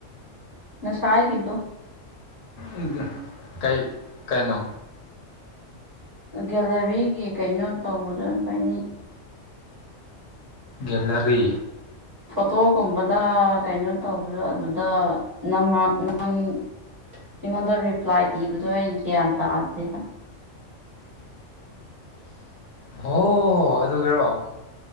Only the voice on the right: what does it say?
ꯉꯁꯥꯏꯒꯤꯗꯣ
ꯒꯦꯂꯔꯤꯒꯤ ꯀꯩꯅꯣ ꯇꯧꯕꯗ ꯑꯩꯈꯣꯏꯅꯤ
ꯐꯣꯇꯣꯀꯨꯝꯕꯗ ꯀꯩꯅꯣ ꯇꯧꯕꯗꯣ ꯑꯗꯨꯗ ꯅꯪꯅ ꯅꯪ ꯑꯩꯉꯣꯟꯗ ꯔꯤꯄ꯭ꯂꯥꯏ ꯄꯤꯕꯗꯣ ꯑꯩ ꯒ꯭ꯌꯥꯟ ꯇꯥꯗꯦꯕ